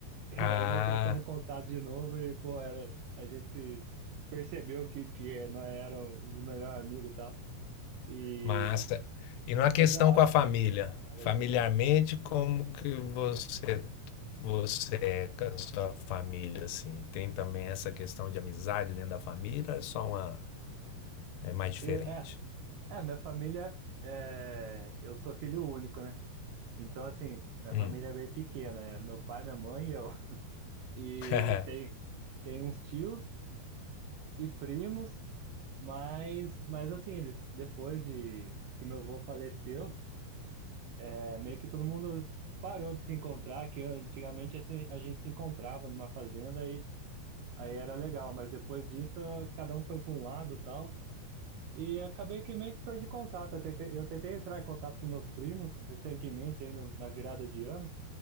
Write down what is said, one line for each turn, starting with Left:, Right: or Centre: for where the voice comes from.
Right: E
Left: Ah,
Right: daí nós trocamos contato de novo e, pô, era, a gente se percebeu que, que nós éramos os melhores amigos e tal. E,
Left: massa. E na
Right: e
Left: questão
Right: foi da hora.
Left: com a família,
Right: É, falei.
Left: familiarmente, como que você você é com a sua família assim? Tem também essa questão de amizade dentro da família, ou é só uma é mais diferente.
Right: E, é, é, minha família, é, eu sou filho único, né? Então, assim, minha
Left: Hum.
Right: família é bem pequena. É meu pai, minha mãe e eu. <laughs> E
Left: <laughs>
Right: tem, tem uns tios e primos, mas, mas assim, eles, depois de que meu avô faleceu, É meio que todo mundo parou de se encontrar, que antigamente assim, a gente se encontrava numa fazenda e aí era legal, mas depois disso cada um foi para um lado e tal. E acabei que meio que perdi contato. Eu tentei, eu tentei entrar em contato com meus primos recentemente, aí no- na virada de ano,